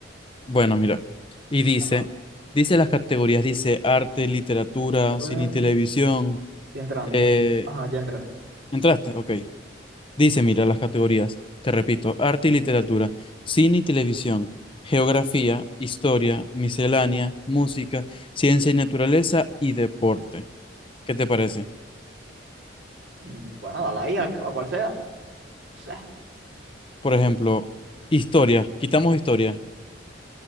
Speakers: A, on the left (about 30°); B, on the right (about 70°).
A: Bueno, mira. Y dice,
B: Ajá.
A: dice las categorías, dice arte, literatura,
B: A ver.
A: cine y televisión.
B: Estoy entrando.
A: Eh,
B: Ajá, ya entré.
A: ¿entraste? Ok. Dice, mira, las categorías. Te repito, arte y literatura, cine y televisión, geografía, historia, miscelánea, música, ciencia y naturaleza y deporte. ¿Qué te parece?
B: Mm, Bueno, dale ahí a, a cual sea. Sí.
A: Por ejemplo, historia, quitamos historia,